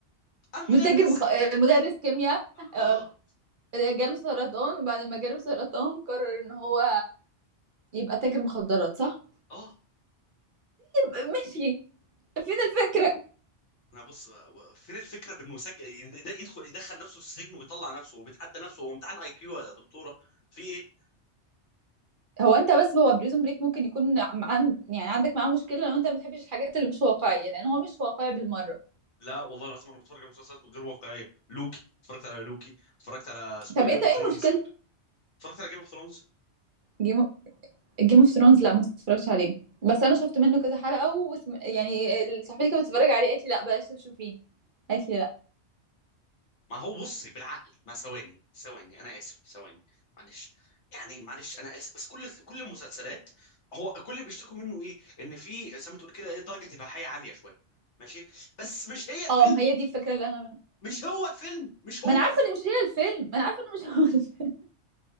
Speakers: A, on the right; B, on the left.
A: <laughs>
B: المدرس
A: متاجر مخ... آه، مدرس كيمياء آه،
B: اه
A: جاله سرطان وبعد ما جاله سرطان قرر ان هو يبقى تاجر مخدرات صح
B: اه
A: ماشي فين الفكرة
B: انا بص فين الفكره بانه يسجل يد- يدخل يدخل نفسه السجن ويطلع نفسه وبيتحدى نفسه هو امتحان اي كيو يا دكتوره في ايه
A: هو انت بس هو بريزون بريك ممكن يكون عن عن- يعني عندك معاه مشكلة لو انت ما بتحبش الحاجات اللي مش واقعية لان هو مش واقعي بالمرة
B: لا والله العظيم انا بتفرج على مسلسلات غير واقعيه لوكي اتفرجت على لوكي اتفرجت على اسمه
A: طب
B: ايه جيم
A: انت
B: اوف
A: ايه
B: ثرونز
A: مشكلة
B: اتفرجت على جيم اوف ثرونز
A: جيم جيم اوف ثرونز لا ما تتفرجش عليه بس انا شفت منه كذا حلقة واسم... يعني ال- صاحبتي كانت بتتفرج عليه قالت لي لا بلاش تشوفيه قالت لي لا
B: ما هو بصي بالعقل ما ثواني ثواني انا اسف ثواني معلش يعني معلش انا اسف بس كل كل المسلسلات هو كل اللي بيشتكوا منه ايه ان في زي ما تقول كده ايه درجه اباحيه عاليه شويه ماشي بس مش هي الفيلم
A: اه ما هي دي الفكرة اللي انا
B: مش هو الفيلم مش هو
A: ما انا عارفة
B: الفيلم
A: ان مش هي الفيلم ما انا عارفة ان مش هو الفيلم